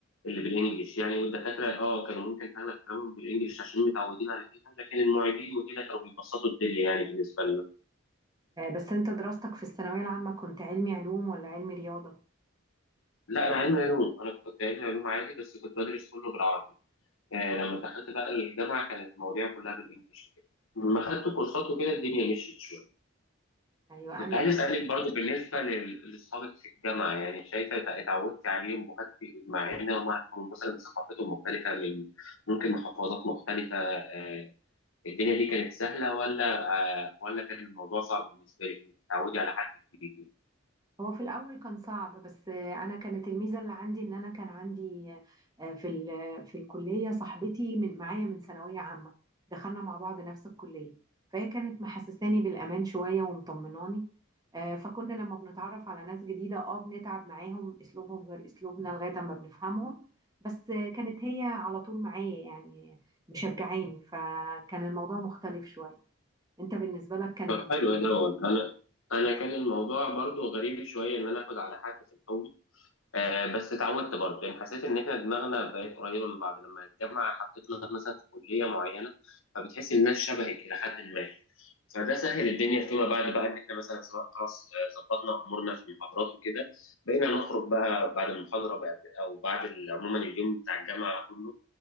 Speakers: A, on the left (about 85°); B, on the right (about 20°).
A: اللي بالانجلش يعني والدكاتره اه كانوا ممكن اغلب كلامهم بالانجلش عشان متعودين على كده لكن المعيدين وكده كانوا بيبسطوا الدنيا يعني بالنسبه
B: آه، بس انت دراستك في الثانوية العامة كنت علمي علوم ولا علمي رياضة؟
A: لا انا علمي علوم انا كنت علمي علوم عادي بس كنت بدرس كله بالعربي آه
B: اه
A: لما دخلت بقى الجامعه كانت المواضيع كلها بالانجلش وكده لما خدت كورسات وكده الدنيا مشيت شويه
B: ايوه
A: كنت
B: انا
A: عايز اسالك برضه بالنسبه لل- لاصحابك في الجامعه يعني شايفه اتع- اتعودت عليهم وخدت مع ان هم هيكونوا مثلا ثقافتهم مختلفه من ممكن محافظات مختلفه آه الدنيا دي كانت سهله ولا آه ولا كان الموضوع صعب بالنسبه لك انك تتعودي على حد جديد
B: هو في الأول كان صعب بس أنا كانت الميزة اللي عندي إن أنا كان عندي آه، في ال- في الكلية صاحبتي من معايا من ثانوية عامة دخلنا مع بعض نفس الكلية فهي كانت محسساني بالأمان شوية ومطمناني آه، فكنا لما بنتعرف على ناس جديدة اه بنتعب معاهم أسلوبهم غير أسلوبنا لغاية ما بنفهمهم بس آه، كانت هي على طول معايا يعني مشجعاني فكان الموضوع مختلف شوية أنت بالنسبة لك كانت
A: طب
B: الدنيا
A: حلو ده هو. انا انا كان الموضوع برضو غريب شويه ان انا اخد على حد في الاول آه بس اتعودت برضو يعني حسيت ان احنا دماغنا بقت قريبه من بعض لما الجامعه حطتنا مثلا في كليه معينه فبتحس ان الناس شبهك الى حد ما فده سهل الدنيا فيما بعد بقى ان احنا مثلا سواء خلاص آه، ظبطنا امورنا في المحاضرات وكده بقينا نخرج بقى بعد المحاضره بقى او بعد ال- عموما اليوم بتاع الجامعه كله